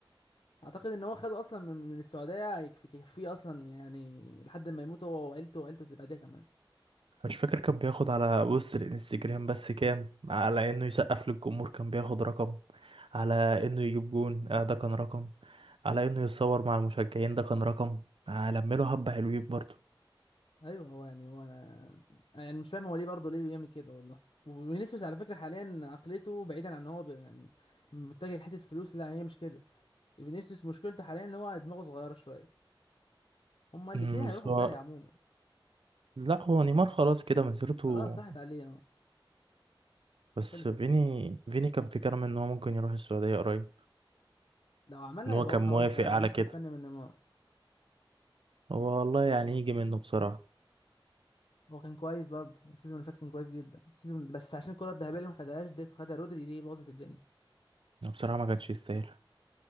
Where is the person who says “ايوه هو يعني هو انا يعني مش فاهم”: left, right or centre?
Left